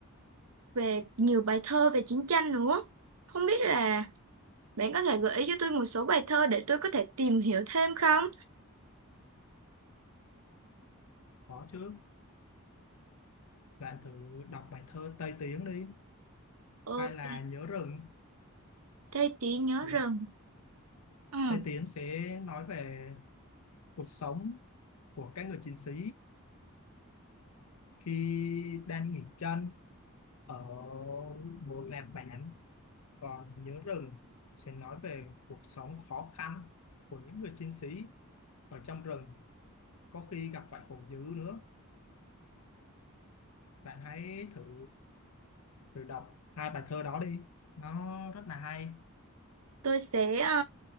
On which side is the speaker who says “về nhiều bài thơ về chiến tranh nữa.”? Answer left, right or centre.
Right